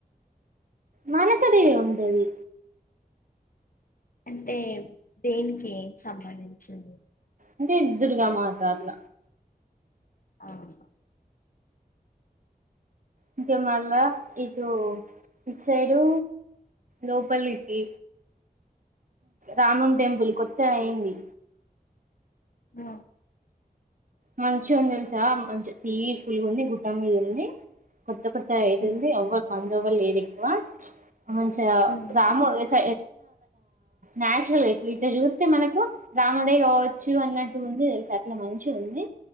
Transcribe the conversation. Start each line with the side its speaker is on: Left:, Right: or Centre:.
Right: మనసదవి ఉంటుంది.
Left: అంటే దేనికి ఏం సంబంధించింది.
Right: అంటే దుర్గా మాత అట్లా
Left: అవును
Right: ఇంకా మళ్ళా ఇటు సైడు లోపలికి రామన్ టెంపుల్ కొత్తగా అయ్యింది.
Left: బ
Right: మంచిగా ఉంది తెలుసా? మంచి పీస్ పుల్గా ఉంది గుట్ట మీద ఉండి. కొత్త కొత్త అయ్యింది
Left: ఉమ్
Right: ఎవరు మందెవరూ లేరు ఎక్కువ. ఓం ఛాయ్. <unintelligible>
Left: ఉహు
Right: రాము ఏ స న్యాచురల్ గా ఇట్లా చూస్తే మనకు రాముడే కావచ్చు వచ్చు అన్నట్టు ఉంది తెలిసా అట్లా మంచిగా ఉంది.